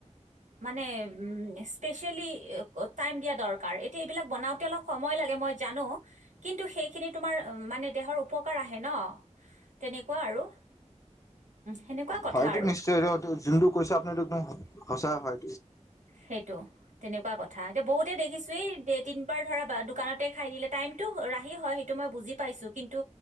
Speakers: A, on the right (about 80°); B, on the left (about 25°).
A: মানে স্পেচিয়েলি টাইম দিয়া দৰকাৰ এতিয়া এইবিলাক বনাওতে অলপ সময় লাগে মই জানো কিন্তু সেইখিনি তোমাৰ মানে দেহৰ উপকাৰ আহে ন তেনেকুৱা আৰু সেনেকুৱা কথা
B: হয়টো
A: আৰু
B: নিশ্চয় জোনটো কৈছে আপুনি একদম সঁচা হয়।
A: সেইটো তেনেকুৱা কথা এতিয়া বহুতে দেখিছো এই তিন বাৰ ধৰা দোকানতে খাই দিলে টাইম সেইটো ৰাহি হয় সেইটো মই বুজি পাইছো কিন্তু